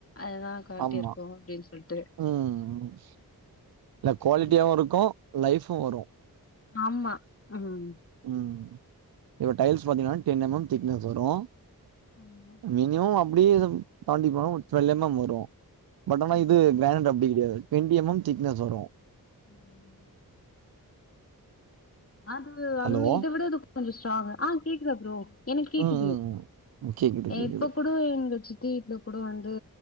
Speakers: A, on the left; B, on the right.
A: அதுதான் குவாலிட்டியா
B: ஆமா.
A: இருக்கும் அப்டின்னு சொல்லிட்டு
B: ம் இல்ல குவாலிட்டியாவு
A: ஓகே
B: இருக்கும் லைஃபும் வரும்
A: ஆமா ம்
B: ம் இப்ப டைல்ஸ் பாத்தீங்கன்னா டென் எம் எம் திக்னஸ் வரும்
A: ஆமா
B: மினிமம் அப்டியே தாண்டி போனா ஒரு டூவெல் எம் எம் வரும் பட் ஆனா
A: ம்
B: இது கிரணைட் அப்படி கிடையாது டூவென்டி எம் எம் திக்னஸ் வரும்
A: உம் <inaudible> அது அந்
B: ஹலோ!
A: இத விட அது கொஞ்சம் ஸ்ட்ராங்க் ஆ கேக்குதா புரோ எனக்கு கேக்குது
B: ம், ம், ம். கேக்குது, கேக்குது.
A: இப்ப கூட எங்க சித்தி வீட்ல கூட வந்து